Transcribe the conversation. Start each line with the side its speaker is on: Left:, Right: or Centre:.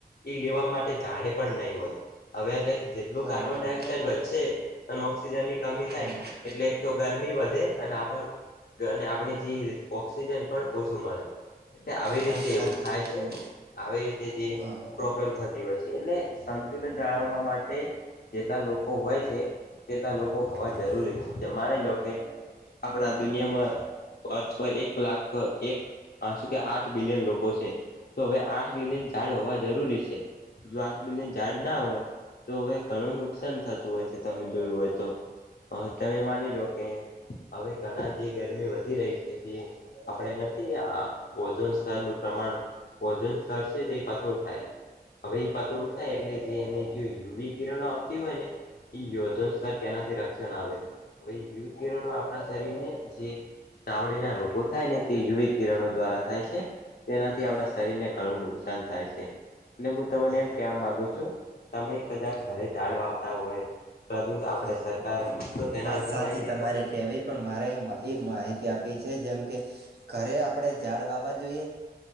Left: એ લેવા માટે જાડે પણ નહીં હોય હવે એટ જેટલું
Right: બરોબર
Left: કાર્બન ડાયોક્સાઇડ વધશે ઓક્સિજન ની કમી થાય
Right: હા હા
Left: એટલે એક તો ગરમી વધે અને આપ અને આપણે જે ઓક્સિજન પણ ઓછું મળે એટલે આવી
Right: વાત
Left: રીતે
Right: સાચી
Left: એવું થાય
Right: બિલકુલ
Left: છે આવી રીતે જે
Right: હા હા
Left: પ્રોબ્લેમ થતી હોય છે એટલે સંતુલન જાળવવા માટે જેટલા લોકો હોય છે તેલા લોકો
Right: હા
Left: હોવા
Right: હા
Left: જરૂરી છે જે માની લો કે આપણા દુનિયામાં અર્થ પર એક લાખ એક આ શું કે આઠ બિલિયન લોકો છે તો હવે આઠ બિલિયન ઝાડ હોવા જરૂરી છે જો આઠ બિલિયન ઝાડ ના હોય તો હવે ઘણું નુકસાન થતું હોય છે તમે જોયું હોય તો તમે માની લો કે હવે ઘણા જે ગરમી વધી રહી છે જે આપણે નથી આ ઓજન સ્તરનુંું પ્રમાણ ભજન સર છે તે પાથોળું થાય હવે એ પાતળું થાય એટલે જે એને યુવ કિરણો આવતી હોય ને યોજન તેનાથી રક્ષણ આવેયવિરણો આપણા શરીરને જે ચામડીના રોગો થાય ને તે યુવ કિરણો દ્વારા થાય છે તેનાથી
Right: બરોબર
Left: આપણા શરીર ને ઘણું નુકસાન થાય છે એટલે હું તમને
Right: હા
Left: એમ
Right: હા
Left: કેવા માંગુ છું તમે કદા
Right: હા
Left: ઘરે ઝાડ વાવતા હોય પ્રદુ આપણે
Right: હા
Left: સરકાર તો તેના
Right: વાત
Left: વિશે
Right: સાચી
Left: માહિતી
Right: તમારે
Left: આપો ને
Right: કહેવી પણ મારે એ માહિતી આપી છે જેમ કે ઘરે આપણે ઝાડ વાવા જોઈએ